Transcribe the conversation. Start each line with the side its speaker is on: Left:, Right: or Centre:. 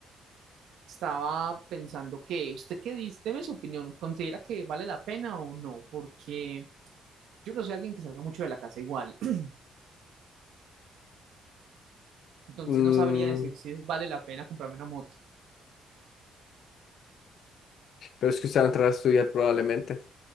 Right: Estaba pensando que, ¿usted qué dice? Deme su opinión, ¿considera que vale la pena o no? Porque yo no soy alguien que salga mucho de la casa igual, <clears throat> entonces
Left: Mm,
Right: no sabría decir si es vale la pena comprarme una moto.
Left: pero es que usted va a entrar a estudiar probablemente.